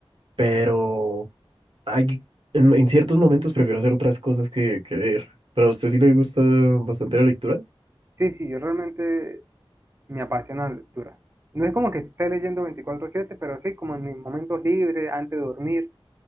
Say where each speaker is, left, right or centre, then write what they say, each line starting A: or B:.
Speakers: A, on the right; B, on the right.
A: pero hay, en, en ciertos momentos prefiero hacer otras cosas que, que leer. Pero a usted sí le gusta bastante la lectura.
B: Sí, sí, yo realmente me apasiona la lectura. No es como que esté leyendo 24/7, pero sí como en mis momentos libres, antes de dormir